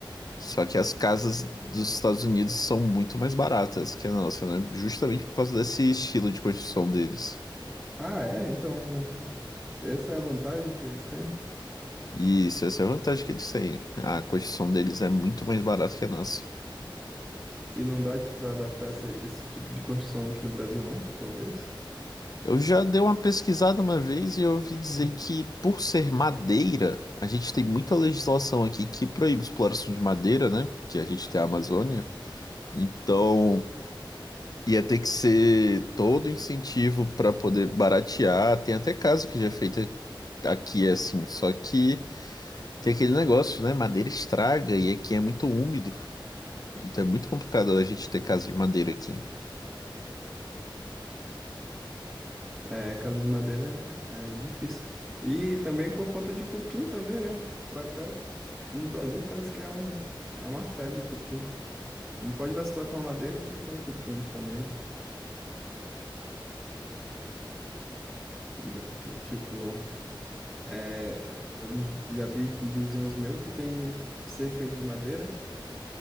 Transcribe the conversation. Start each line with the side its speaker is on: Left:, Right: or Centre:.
Left: Só que as casas dos Estados Unidos são muito mais baratas que a nossa, né? Justamente por causa desse estilo de construção deles.
Right: Ah, é, então. Essa é a vantagem que eles têm?
Left: E isso, essa é a vantagem que eles têm. A construção deles é muito mais barata que a nossa.
Right: E não dá para adaptar essa- esse tipo de construção aqui no Brasil, não? Talvez.
Left: Eu já dei uma pesquisada uma vez e eu ouvi dizer que, por ser madeira, a gente tem muita legislação aqui que proíbe exploração de madeira, né? Porque a gente tem a Amazônia. Então, ia ter que ser todo incentivo para poder baratear. Tem até caso que já é feito aqui, assim. Só que tem aquele negócio, né? Madeira estraga e aqui é muito úmido. Então, é muito complicado a gente ter casa de madeira aqui.
Right: É, casa de madeira é é difícil. E também por conta de cupim também, né? Pra cá, no Brasil, parece que é um, é uma febre cupim. Não pode vacilar com uma madeira que tem um cupim comendo. Do- tipo, é, eu já vi vizinhos meus que tem cerca de madeira